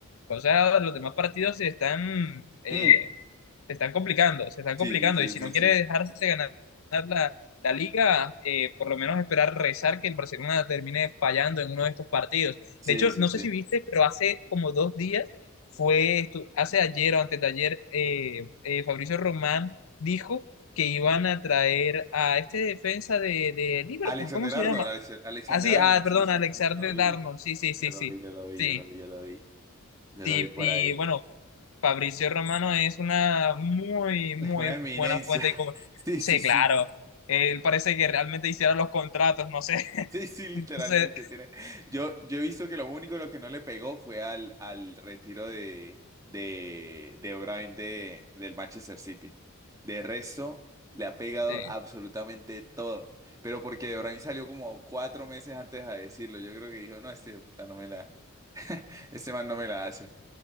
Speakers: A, on the left; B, on the right.
A: o sea, los demás partidos se están, eh,
B: Mm,
A: se están complicando, se están
B: sí,
A: complicando.
B: sí, sí,
A: Y si
B: sí,
A: no
B: sí.
A: quiere dejarse ganar, la, la liga, eh, por lo menos esperar rezar que el Barcelona termine fallando en uno de estos partidos.
B: Sí,
A: De hecho,
B: sí,
A: no
B: sí.
A: sé si viste, pero hace como dos días, fue estu- hace ayer o antes de ayer, eh, eh, Fabricio Román dijo que iban a traer a este defensa de, de Liverpool,
B: Alexander
A: ¿cómo se
B: Arnold,
A: llama?
B: Alex- Alexander
A: Ah, sí,
B: Arnold,
A: ah, perdón,
B: sí, sí,
A: Alexander
B: sí, yo lo vi.
A: Darnold, sí, sí, sí,
B: Yo lo
A: sí,
B: vi, yo lo vi,
A: sí.
B: yo lo vi, yo lo vi. Yo
A: Sí,
B: lo vi por
A: y
B: ahí.
A: bueno,
B: <laughs>
A: Fabricio Romano es una muy, muy
B: Es una eminencia.
A: buena fuente de
B: <laughs>
A: comer-
B: Sí,
A: Sí,
B: sí, sí.
A: claro. Él parece que realmente hiciera los contratos, no sé.
B: Sí,
A: <laughs>
B: sí, literalmente
A: Entonces,
B: tiene. Yo, yo he visto que lo único lo que no le pegó fue al, al retiro de, de, de O'Brien de, del Manchester City. De resto, le ha pegado
A: eh,
B: absolutamente todo. Pero porque O'Brien salió como cuatro meses antes a decirlo. Yo creo que dijo, no, este puta no me la, este man no me la hace.